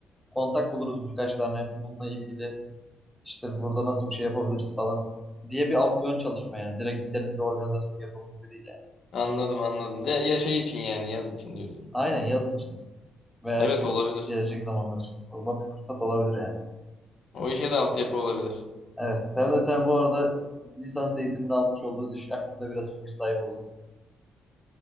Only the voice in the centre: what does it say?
kontak buluruz birkaç tane bununla ilgili işte burada nasıl bir şey yapabiliriz falan diye bir alt ön çalışma yani. Direkt gidelim bir organizasyon yapalım gibi değil yani.
Aynen
yaz için veya
işte
gelecek zamanlar için. Oradan bir fırsat olabilir yani.
Evet. Hem de sen bu arada lisans eğitimini almış olduğun iş hakkında biraz fikir sahibi olursun.